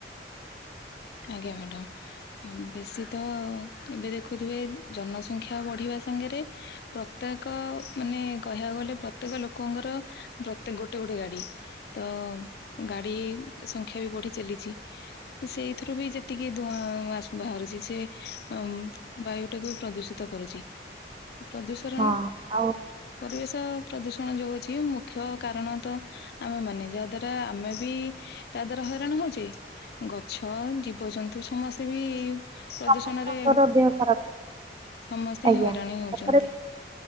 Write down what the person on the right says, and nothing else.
ହଁ ଆଉ
ସମସ୍ତଙ୍କର ଦେହ ଖରାପ
ଆଜ୍ଞା
ତାପରେ